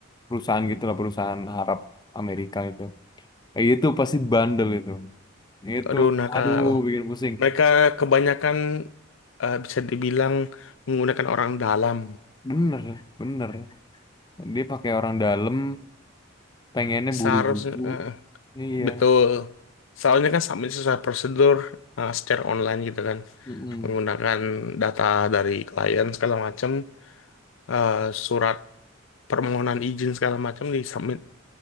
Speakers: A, on the left; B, on the left.
A: perusahaan gitulah perusahaan Arab Amerika itu. Eh, itu pasti bandel itu. Itu
B: aduh nakal
A: aduh bikin pusing.
B: Mereka kebanyakan eh, bisa dibilang menggunakan orang dalam.
A: Bener, bener. Dia pakai orang dalam, pengennya buru-buru.
B: Seharusnya eh,
A: Iya.
B: betul. Soalnya kan submit sesuai prosedur eh, secara online gitu kan,
A: Mm-mm.
B: menggunakan data dari klien segala macam, eh, surat permohonan izin segala macam di submit